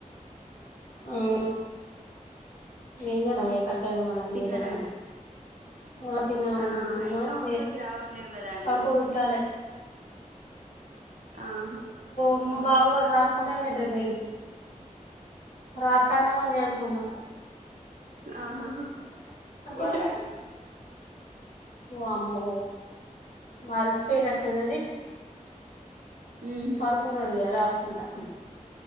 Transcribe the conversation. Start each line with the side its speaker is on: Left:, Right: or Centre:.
Left: అవు ఏంజ తమట్ పెట్ట మన ఏం
Right: తిన్నరా
Left: చే
Right: అండి
Left: తిన్నామండి
Right: ఆ
Left: తిన్నాము
Right: అవి కౌంట్ లోకి రావట్లేవు కదా అండి
Left: పడుకోబెట్టాలి
Right: ఆహా
Left: అమ బాబు కూడా రాసుకుంటేన్న నిద్ర బేడి రాత్రాండవానినుకున్నా
Right: ఆహాహ
Left: అటు కూర్చో వామ్మో మలిచిపోయినట్టున్నది
Right: ఉహు
Left: పడుకున్నాడు ఇగ రాస్ ఉంటా